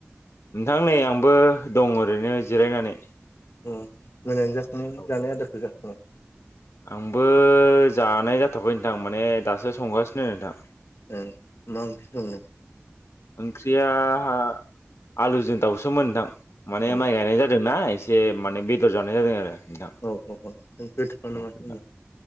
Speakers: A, on the left; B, on the left.
A: नोंथां नै आंबो दं ओरैनो जिरायनानै
B: उम मोनानि जाखां
A: औ
B: जानाय आदारखौ जाखांबाय
A: आंबो जानाय जाथ'आखै नोंथां माने दासो संगासिनो नोंथां
B: ए मा ओंख्रि संदों
A: ओंख्रियाह आलुजों दाउसोमोन नोंथां मानि
B: औ
A: माइ गायनाय जादों ना एसे माने बेदर जानाय जादों आरो नोंथां
B: औ औ औ गोथावानो माथो
A: औ
B: होनबा